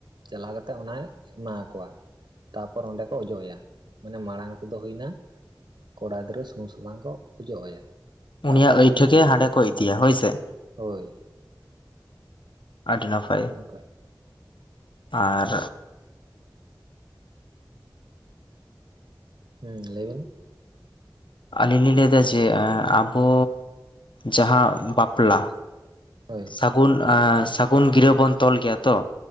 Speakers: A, on the right (about 80°); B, on the left (about 75°).
A: ᱪᱟᱞᱟᱣ ᱠᱟᱛᱮᱜ ᱚᱱᱟᱭ ᱮᱢᱟ ᱠᱚᱣᱟ ᱛᱟᱯᱚᱨ ᱚᱸᱰᱮ ᱠᱚ ᱚᱡᱚᱜ ᱟᱭᱟ ᱢᱟᱱᱮ ᱢᱟᱲᱟᱝ ᱠᱚ ᱫᱚ ᱦᱩᱭᱱᱟ ᱠᱚᱲᱟ ᱜᱤᱫᱽᱨᱟᱹ ᱥᱩᱱᱩᱢ ᱥᱟᱥᱟᱝ ᱠᱚ ᱚᱡᱚᱜ ᱟᱭᱟ
B: ᱩᱱᱤᱭᱟᱜ
A: ᱛᱟᱯᱚᱨ
B: ᱟᱹᱭᱴᱷᱟᱹ
A: ᱠᱩᱲᱤ ᱜᱤᱫᱽᱨᱟᱹ
B: ᱜᱮ
A: ᱠᱚ
B: ᱦᱟᱸᱰᱮ
A: ᱚᱡᱚᱜ ᱟᱭᱟ
B: ᱤᱫᱤᱭᱟ ᱦᱳᱭᱥᱮ
A: ᱦᱳᱭ
B: ᱟᱹᱰᱤ ᱱᱟᱯᱟᱭ
A: ᱠᱟᱟᱭ
B: ᱟᱨ
A: ᱦᱮᱸ ᱞᱟᱹᱭᱵᱤᱱ
B: ᱟᱹᱞᱤᱧ ᱞᱤᱧ ᱞᱟᱹᱭ ᱮᱫᱟ ᱡᱮ ᱟᱵᱚ ᱡᱟᱦᱟᱸ ᱵᱟᱯᱞᱟ
A: ᱦᱳᱭ
B: ᱥᱟᱹᱜᱩᱱ-ᱟ ᱥᱟᱹᱜᱩᱱ ᱜᱤᱨᱟᱹ ᱵᱚᱱ ᱛᱚᱞ ᱜᱮᱭᱟ ᱛᱚ